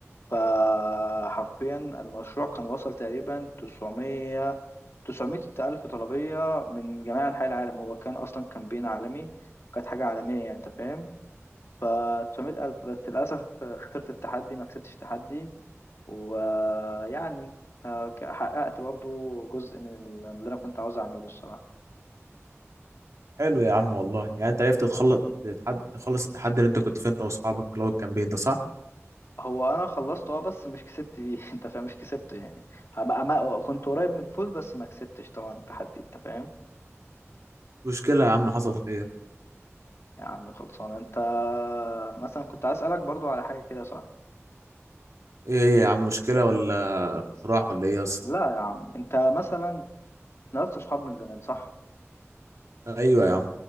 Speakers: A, on the left; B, on the right.
A: فحرفيا المشروع كان وصل تقريبا 900 900 ألف طلبية من جميع أنحاء العالم هو كان أصلا كامبين عالمي كانت حاجة عالمية يعني أنت فاهم ف 900 ألف بس للأسف خسرت التحدي ما كسبتش التحدي ويعني حققت برضو جزء من ال- من اللي أنا كنت عاوز أعمله الصراحة
B: حلو يا عم والله يعني انت عرفت تخلص تتحد- تخلص التحدي اللي انت كنت فيه انت واصحابك اللي هو الكامبين ده صح
A: هو أنا خلصت أه بس مش كسبت بيه <laughs> أنت فاهم مش كسبت يعني أما- أما- كنت قريب من الفوز بس ما كسبتش طبعا التحدي أنت فاهم
B: مشكله يا عم حصل خير
A: يا عم خلصان انت مثلا كنت عايز اسالك برضو على حاجه كده صح
B: ايه هي يا عم مشكله ولا اقتراح ولا ايه يا اسطى
A: لا يا عم انت مثلا نفس صحاب من زمان صح
B: ايوه يا عم